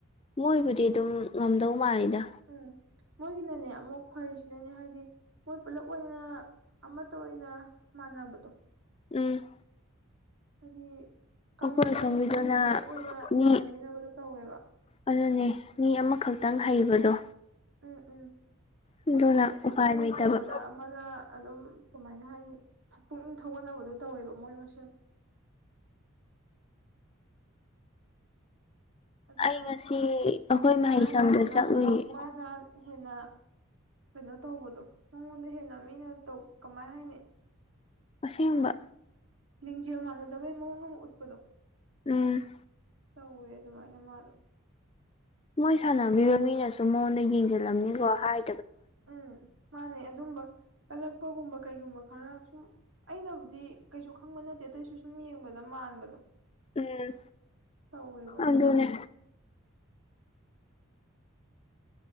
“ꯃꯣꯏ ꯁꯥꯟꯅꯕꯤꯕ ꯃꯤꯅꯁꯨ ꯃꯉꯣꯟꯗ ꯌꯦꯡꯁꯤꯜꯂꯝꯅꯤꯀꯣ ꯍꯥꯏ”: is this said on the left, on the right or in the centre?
Left